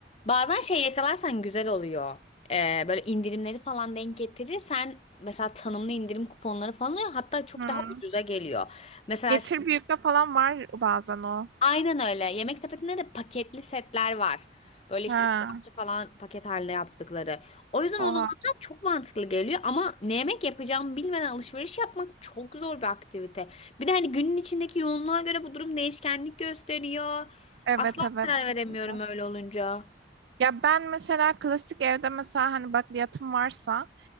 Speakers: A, on the left; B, on the right.
A: Bazen şey yakalarsan güzel oluyor. Ee, böyle indirimleri falan denk getirirsen mesela tanımlı indirim kuponları falan oluyor. Hatta çok
B: Hmm.
A: daha ucuza geliyor. Mesela
B: Getir
A: şey-
B: büyükte falan var bazen o.
A: aynen öyle. Yemek sepetinde de paketli setler var. Böyle
B: Ha,
A: işte üç parça falan paket halinde yaptıkları. O yüzden
B: oha.
A: o zamanlar çok mantıklı geliyor ama ne yemek yapacağımı bilmeden alışveriş yapmak çok zor bir aktivite. Bir de hani günün içindeki yoğunluğa göre bu durum değişkenlik gösteriyor.
B: Evet
A: Asla
B: evet
A: karar
B: kesinlikle.
A: veremiyorum öyle olunca.
B: Ya ben mesela klasik evde mesela hani bakliyatım varsa